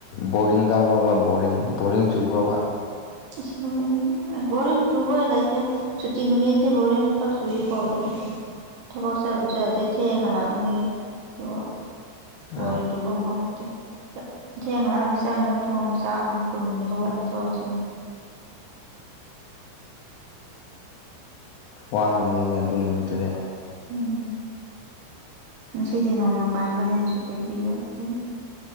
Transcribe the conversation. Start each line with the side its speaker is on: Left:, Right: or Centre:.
Left: ꯕꯣꯔꯤꯡ ꯀꯥꯎꯈ꯭ꯔꯕ ꯕꯣꯔꯤꯡ ꯕꯣꯔꯤꯡ ꯆꯨꯈ꯭ꯔꯕ
Right: ꯑꯁ ꯕꯣꯔꯤ ꯂ ꯕꯣꯔꯤꯡ ꯆꯨꯔꯒ ꯂꯩꯇꯦ ꯆꯨꯇꯤꯟ ꯅꯨꯃꯤꯗꯤ ꯕꯣꯔꯡ ꯈ ꯆꯨꯏꯌꯦ ꯀꯣꯗꯣ ꯊꯕꯛ ꯆꯠꯕꯨ ꯆꯠꯂꯥꯗꯤ ꯊꯦꯡꯍꯜꯂꯛꯑꯅꯤ ꯑꯗꯨꯒ ꯕꯣꯔꯤꯛꯆꯨꯕꯝ
Left: ꯑꯥ
Right: ꯄꯝꯂꯩꯇꯦ ꯊꯦꯡꯉ ꯂꯥꯛꯑꯅꯤ ꯆꯪꯛ ꯏꯟꯖꯥꯛ ꯊꯣꯡꯅꯤ ꯆꯥꯛꯑꯅꯤ ꯇꯨꯝꯅꯤ ꯍꯧꯒꯠꯅꯤ ꯊꯕꯛ ꯆꯅꯤ
Left: ꯋꯥꯝꯅꯤꯅꯦ ꯑꯗꯨ ꯅꯨꯃꯤꯠꯇꯗꯤ
Right: ꯎꯝ ꯉꯁꯤꯗꯤ ꯅꯣꯡꯃ ꯄꯥꯟꯕꯝꯕꯅꯤꯅ ꯁꯨꯇꯤ ꯄꯤꯕ ꯑꯗꯨꯒꯤ